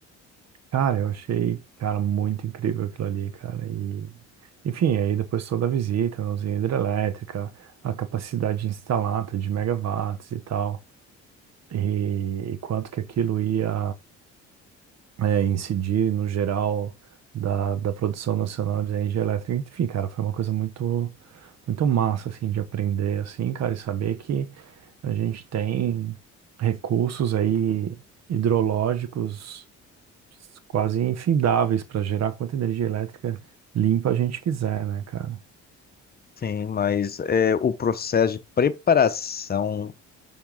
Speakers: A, on the right (about 60°); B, on the left (about 30°).
A: Cara, eu achei, cara, muito incrível aquilo ali, cara. E, enfim, aí depois toda a visita na usina hidrelétrica, a capacidade instalada de megawatts e tal. e, e quanto que aquilo ia é, incidir no geral da, da produção nacional de energia elétrica. Enfim, cara, foi uma coisa muito, muito massa, assim, de aprender, assim, cara, e saber que a gente tem recursos aí hidrológicos quase infindáveis para gerar quanta energia elétrica limpa a gente quiser, né, cara?
B: Sim, mas é, o processo de preparação